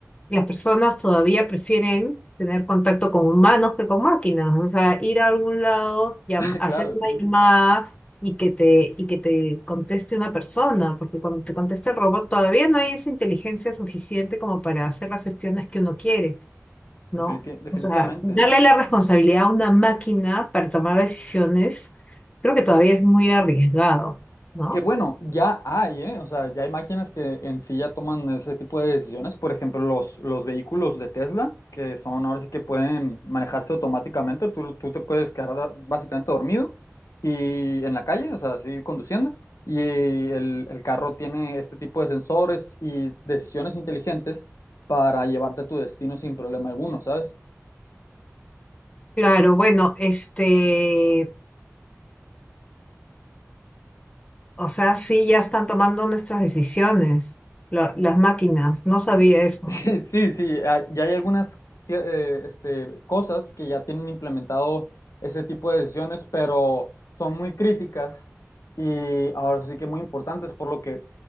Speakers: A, on the left (about 20°); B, on the left (about 75°).
A: las personas todavía prefieren tener contacto con humanos que con máquinas, o sea, ir a algún lado, llam-
B: <laughs>
A: hacer
B: claro,
A: una
B: sí,
A: llamada
B: sí,
A: y que te, y que te conteste una persona, porque cuando te contesta el robot todavía no hay esa inteligencia suficiente como para hacer las gestiones que uno quiere, ¿no?
B: definitiv- definitivamente,
A: O sea, darle
B: ¿eh?
A: la responsabilidad a una máquina para tomar decisiones, creo que todavía es muy arriesgado. ¿no?
B: Que bueno, ya hay, ¿eh? O sea, ya hay máquinas que en sí ya toman ese tipo de decisiones. Por ejemplo, los, los vehículos de Tesla, que son ahora sí que pueden manejarse automáticamente. Tú, tú te puedes quedar da- básicamente dormido y en la calle, o sea, así conduciendo. Y el, el carro tiene este tipo de sensores y decisiones inteligentes para llevarte a tu destino sin problema alguno, ¿sabes?
A: Claro, bueno, este, o sea, sí, ya están tomando nuestras decisiones, la- las máquinas, no sabía
B: Sí,
A: eso.
B: <laughs> sí, sí, hay- ya hay algunas tie- eh, este, cosas que ya tienen implementado ese tipo de decisiones, pero son muy críticas y ahora sí que muy importantes, por lo que